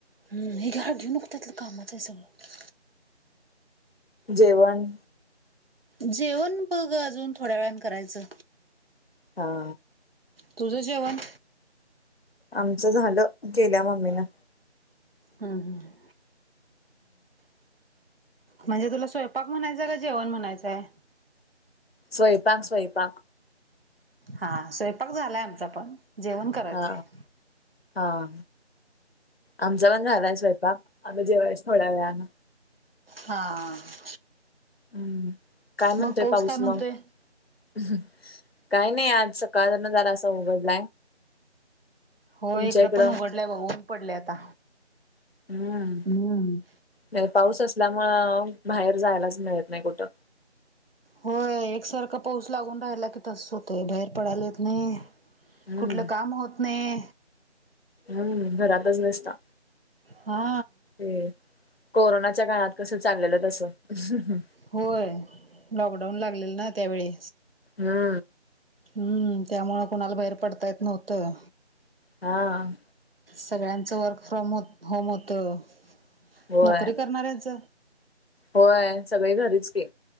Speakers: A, on the right; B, on the left.
A: हुंम हे घ्या घेऊ नको तिथलं कामाचं ये सगळं
B: जेवण
A: जेवण बघ अजून थोड्या वेळानं करायचं.
B: हा.
A: तुझं जेवण?
B: आमचं झालं दिल्या मम्मीनं.
A: हम्म. हम्म. म्हणजे तुला स्वयंपाक म्हणायचं हाय काय, जेवण म्हणायचं हाय?
B: स्वयंपाक स्वयंपाक
A: हा स्वयंपाक झालाय आमचापण, जेवण करायचंय
B: हा हा. आमचा पण झालाय स्वयंपाक, आम्ही जेवायचं थोड्या वेळानं.
A: हा हा.
B: हम्म, काय म्हणतोय
A: मग
B: पाऊस
A: काय म्हणतोय
B: मग? हु हु काय नाय आज सकाळ धरण जरास उघडलाय
A: होय
B: तुमच्या
A: हिकडं
B: इकडं
A: पण उघडलाय बघ, ऊन पडलंय आता.
B: हम्म
A: हम्म.
B: नाही, पाऊस असल्यामुळ बाहेर जायलाच मिळत नाही कुठं.
A: होय एक सारखा पाऊस लागून राहिला की तसंच होतंय बाहेर पडायला येत नाही.
B: हम्म
A: कुठलं काम होत नाही
B: हम्म घरातच बसा.
A: हा.
B: ते कोरोनाच्या काळात कस चाललेलं तसं हु
A: होय, लॉक डाऊन लागलेलं ना त्यावेळी.
B: हा.
A: हम्म, त्यामुळं कुणाला बाहेर पडता येत नव्हतं.
B: हा.
A: सगळ्यांचं वर्क फ्रॉम होम होत होम होतं.
B: होय
A: नोकरी करणारऱ्याच
B: होय सगळी घरीच की.